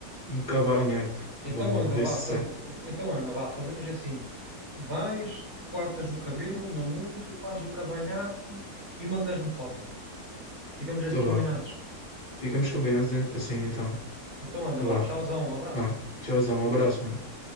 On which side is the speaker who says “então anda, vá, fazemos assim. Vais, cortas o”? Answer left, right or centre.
Right